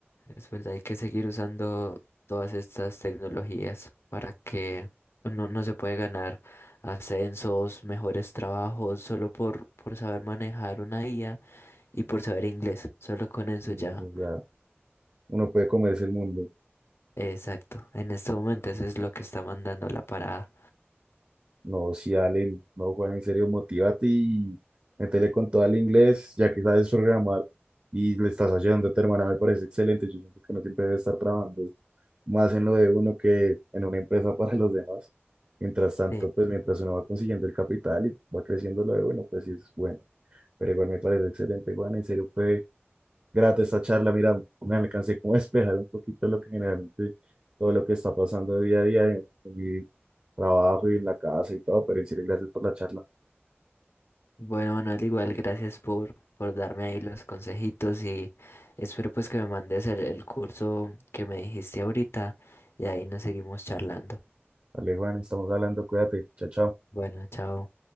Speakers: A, on the left (about 70°); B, on the right (about 40°).
A: Es verdad, hay que seguir usando todas estas tecnologías para que no, no se puede ganar ascensos, mejores trabajos, solo por, por saber manejar una IA y por saber inglés. Solo con eso
B: Y,
A: ya.
B: o sea, uno puede comerse el mundo.
A: Exacto. En este momento eso es lo que está mandando la parada.
B: No, si Allen, no, Juan, en serio, motívate y métele con todo al inglés, ya que sabes programar y le estás ayudando a tu hermana, me parece excelente. Yo siento que no siempre debe estar trabajando más en lo de uno que en una empresa <laughs> para los demás. Mientras tanto,
A: Sí.
B: pues mientras uno va consiguiendo el capital y va creciendo lo de uno, pues sí es bueno. Pero igual me parece excelente, Juan, en serio, fue grata esta charla. Mira, me alcancé como a despejar un poquito lo que generalmente todo lo que está pasando día a día en, en mi trabajo y en la casa y todo, pero en serio, gracias por la charla.
A: Bueno, Manuel, igual gracias por, por darme ahí los consejitos y espero pues que me mandes el, el curso que me dijiste ahorita y ahí nos seguimos charlando.
B: Vale, Juan, estamos hablando, cuídate, chao, chao.
A: Bueno, chao.